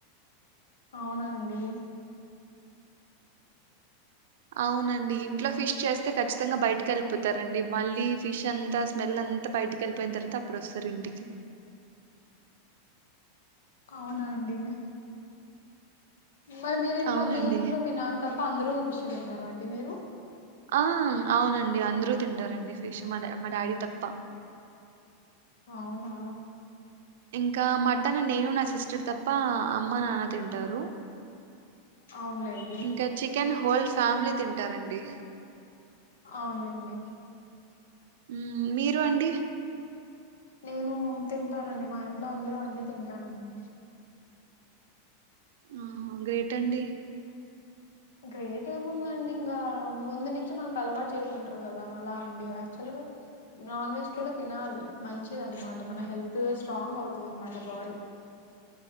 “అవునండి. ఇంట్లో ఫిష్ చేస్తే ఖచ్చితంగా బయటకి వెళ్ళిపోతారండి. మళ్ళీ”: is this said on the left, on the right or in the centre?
Right